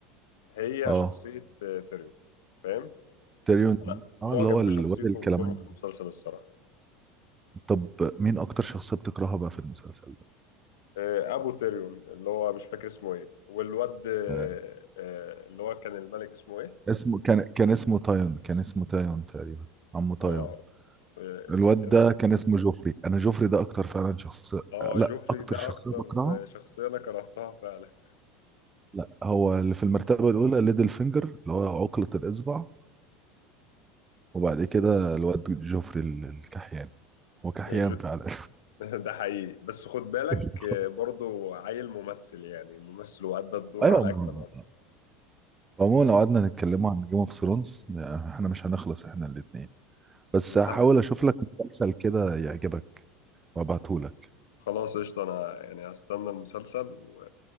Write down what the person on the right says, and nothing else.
اه
تيريون
اه
اللي هو الواد
الكلاماني
طب مين اكتر شخصيه بتكرهها بقى في المسلسل ده
آه.
اسمه كان كان اسمه تايون كان اسمه تايون تقريبا عمو تايون
الواد
ده كان اسمه جوفري انا جوفري ده اكتر فعلا شخصيه
لا
اكتر
شخصيه
بكرهها
لا هو اللي في المرتبة الأولى ليدل فينجر اللي هو عقلة الإصبع وبعد كده الواد جوفري ال- الكحيان هو كحيان
فعلا
<laughs>
أيوة
ما-
عموما لو قعدنا نتكلموا عن جيم اوف ثرونز احنا مش هنخلص احنا الاتنين بس هحاول
أشوف لك مسلسل كده يعجبك وأبعتهولك